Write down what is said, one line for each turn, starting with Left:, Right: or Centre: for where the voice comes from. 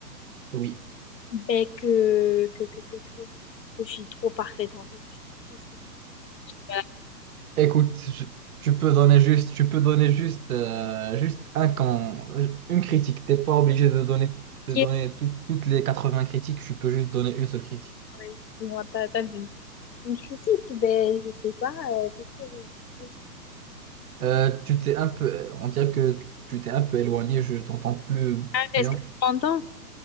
Right: oui.
Left: Ben, que, que, que, que, que, que je suis trop parfaite, en fait. Parce que je sais pas
Right: Écoute, je- tu peux donner juste, tu peux donner juste, euh, juste un camp, une critique. T'es pas obligé de donner, de
Left: critiquer,
Right: donner tout- toutes les 80 critiques. Tu peux juste donner une seule critique.
Left: ouais. Non, t'as, t'as vu. Une critique, ben, je sais pas. euh, qu'est-ce que je-
Right: Euh, tu t'es un peu, on dirait que tu t'es un peu éloigné. Je t'entends plus
Left: Ah, Est-ce
Right: bien.
Left: que tu m'entends?